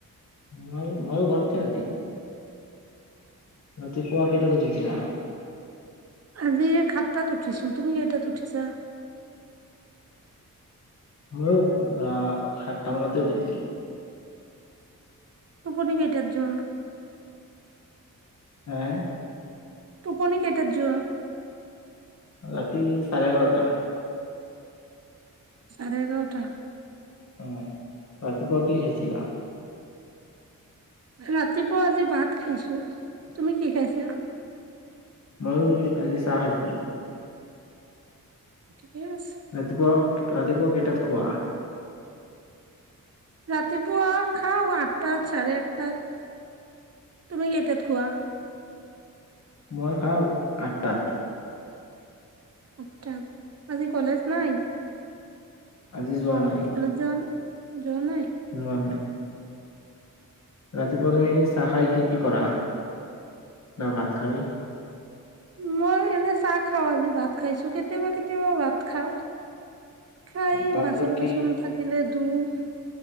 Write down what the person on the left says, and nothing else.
মই, মই ঘৰতে আজি। ৰাতিপুৱা কেইটাত উ! উঠিছিলা?
মইয়ো ধৰা সাতটা মানতে উঠিছিলো
হে
ৰাতি চাৰে এঘাৰটা
উ ৰাতিপুৱা কি খাইছিলা
মইয়ো আজি চাহ খাইছিলো
ৰাতিপুৱা ৰাতিপুৱা কেইটাত খোৱা
মই খাওঁ আঠ তাত
আজি যোৱা নাই
যোৱা নাই ৰাতিপুৱা তুমি চাহ খাই কি কি কৰা বা ভাত খাই
তাৰপিছত
কি